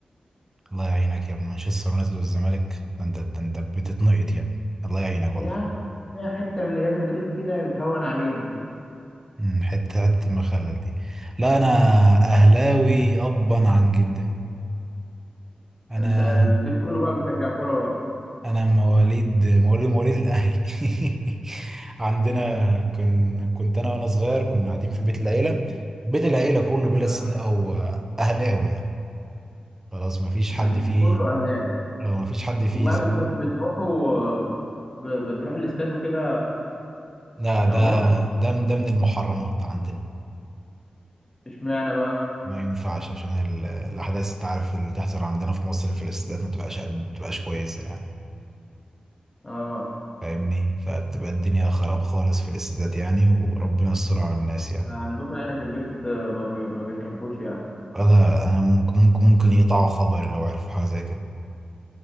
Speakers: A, on the right; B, on the left.
A: الله يعينك يا ابن مانشستر يونايتد والزمالك ده انت ده انت بتتنقط يا ابني الله يعينك والله
B: يا عم ده حتة من ريال مدريد كده بتهون علينا
A: امم حتة حتة المخلل دي لا انا اهلاوي ابا عن جدا انا
B: أنت البيت كله بقى بيشجع كورة بقى
A: انا مواليد مواليد مواليد الاهلي <laughs> عندنا كن كنت انا وانا صغير كنا قاعدين في بيت العيله بيت العيله كله بلا
B: آه،
A: استثناء هو اهلاوي يعني خلاص ما فيش
B: البيت
A: حد فيه
B: كله أهلاوي
A: آه، ما فيش حد فيه
B: وبقى
A: زي
B: بترو- بتروحوا آه، ب- بتروح الاستاد وكده
A: لا
B: يا
A: ده
B: عمر
A: ده ده من المحرمات عندنا
B: اشمعنى بقى؟
A: ما ينفعش عشان ال- الاحداث انت عارف اللي تحصل عندنا في مصر في الاستادات ما تبقاش قد ما تبقاش كويسه يعني
B: اه
A: فاهمني فبتبقى الدنيا خراب خالص في الاستادات يعني وربنا يستر على الناس يعني
B: عندكم يعني في البيت آه، ما, بي... ما بيحبوش يعني
A: لا انا ممكن ممكن ممكن يقطعوا خبر لو عرفوا حاجه زي كده